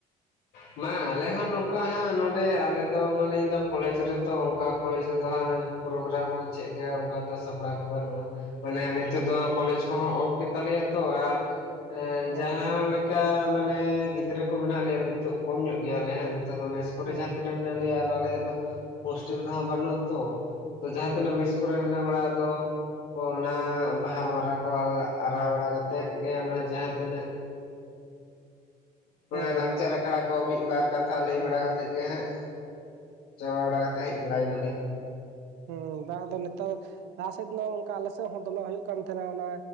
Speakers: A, on the left; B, on the right.
A: ᱢᱟ ᱟᱞᱮ ᱦᱚᱸ ᱱᱚᱝᱠᱟ ᱦᱟᱸᱜ ᱱᱚᱰᱮ ᱟᱞᱮᱫᱚ ᱢᱟᱱᱮ ᱤᱧ ᱫᱚ ᱠᱚᱞᱮᱡᱽ ᱨᱮᱛᱚ ᱚᱱᱠᱟ ᱠᱚᱞᱮᱡᱽ ᱨᱮᱫᱚ ᱦᱟᱸᱜ ᱯᱨᱚᱜᱨᱟᱢ ᱠᱚᱫᱚ ᱪᱮᱫ ᱞᱮᱠᱟ ᱚᱝᱠᱟ ᱫᱚ ᱥᱟᱯᱲᱟᱣ ᱠᱚ ᱵᱟᱹᱱᱩᱜᱼᱟ᱾ ᱢᱟᱱᱮ ᱱᱤᱛᱚᱜ
B: ᱦᱩᱸ
A: ᱫᱚ ᱠᱚᱞᱮᱡᱽ ᱠᱚᱦᱚᱸ ᱚᱯᱷ ᱜᱮᱛᱟᱞᱮᱭᱟ ᱛᱚ ᱟᱨ
B: ᱦᱩᱸ
A: ᱡᱟᱦᱟᱸᱞᱮ ᱠᱟ ᱢᱟᱱᱮ ᱜᱤᱫᱽᱨᱟᱹ ᱠᱚ ᱢᱮᱱᱟᱜ ᱞᱮᱭᱟ ᱱᱤᱛᱚᱜ ᱠᱚᱢ ᱧᱚᱜ ᱜᱮᱭᱟᱞᱮ ᱦᱟᱜ ᱱᱤᱛᱚᱜ ᱫᱚ ᱢᱮᱥ ᱠᱚᱨᱮ
B: ᱦᱩᱸ
A: ᱡᱟᱦᱟᱸ ᱛᱤᱱᱟᱹᱜ ᱢᱮᱱᱟᱭᱟ ᱟᱨ ᱟᱞᱮᱭᱟᱜ ᱫᱚ ᱦᱳᱥᱴᱮᱞ ᱫᱚ ᱦᱟᱸᱜ ᱵᱟᱹᱱᱩᱜᱼᱟ ᱛᱚ ᱡᱟᱦᱟᱸ
B: ᱦᱩᱸ
A: ᱛᱤᱱᱟᱹᱜ ᱢᱮᱥ ᱠᱚᱨᱮ ᱢᱮᱱᱟᱜ ᱵᱟᱲᱟ ᱫᱚ ᱚ ᱚᱱᱟ ᱵᱟᱦᱟ ᱢᱟᱨᱟ ᱠᱚ ᱟᱨᱟ ᱵᱟᱲᱟ ᱠᱟᱛᱮᱫ ᱜᱮ ᱚᱱᱟ ᱡᱟᱦᱟᱸ ᱛᱤᱱᱟᱹᱜ ᱢᱟᱱᱮ
B: ᱦᱩᱸ
A: ᱞᱟᱠᱪᱟᱨ
B: ᱦᱩᱸ
A: ᱟᱠᱷᱲᱟ ᱠᱚ ᱢᱤᱫᱼᱵᱟᱨ ᱠᱟᱛᱷᱟ ᱞᱟᱹᱭ
B: ᱦᱩᱸ
A: ᱵᱟᱲᱟ ᱠᱟᱛᱮᱫ ᱜᱮ ᱦᱟᱸᱜ ᱪᱟᱵᱟ ᱵᱟᱲᱟ ᱠᱟᱛᱮᱜ ᱦᱮᱡ ᱵᱟᱲᱟᱭ ᱱᱟᱞᱮ᱾
B: ᱦᱮᱸ ᱵᱟᱝ ᱟᱫᱚ ᱱᱤᱛᱚ ᱞᱟᱦᱟ ᱥᱮᱜ ᱫᱚ ᱚᱝᱠᱟ ᱟᱞᱮ ᱥᱮᱜ ᱦᱚᱸ ᱫᱚᱢᱮ ᱦᱳᱭᱳᱜ ᱠᱟᱱ ᱛᱟᱦᱮᱱᱟ ᱚᱱᱟ